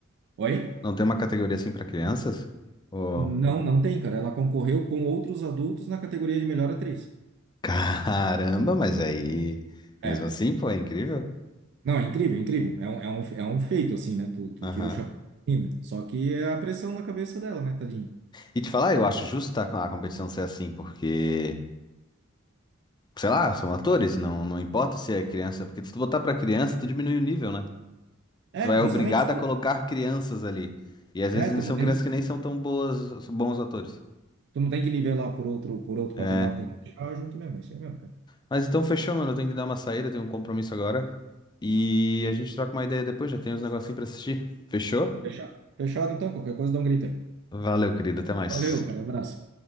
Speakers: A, on the right; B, on the left.
A: Oi?
B: Não tem uma categoria assim pra crianças? Oh.
A: Não, não tem, cara. Ela concorreu com outros adultos na categoria de melhor atriz.
B: <laughs> Caramba, mas aí.
A: É.
B: Mesmo assim, pô, é incrível.
A: Não, é incrível, é incrível. É um, é um, é um feito, assim, né? Tu, tu
B: Aham.
A: tira o chapéu da menina. Só que é a pressão na cabeça dela, né, tadinha?
B: E te falar, eu acho justo tá, a competição ser assim, porque. Sei lá, são atores, não, não importa se é criança, porque se tu botar pra criança, tu diminui o nível, né?
A: É,
B: Tu é
A: justamente.
B: obrigado
A: tu-
B: a colocar crianças ali. E às
A: é,
B: vezes
A: tu não
B: são
A: tem,
B: crianças que nem são tão boas, bons atores.
A: tu não tem que nivelar por outro, por outro
B: É.
A: patamar, tem que deixar junto mesmo. é Isso aí mesmo, cara.
B: Mas então fechou, mano. Eu tenho que dar uma saída, eu tenho um compromisso agora. E a gente troca uma ideia depois, já tem uns negocinhos pra assistir. Fechou?
A: Fechado. Fechado, então, qualquer coisa dá um grito aí.
B: Valeu, querido. Até mais.
A: Valeu, cara. Abraço.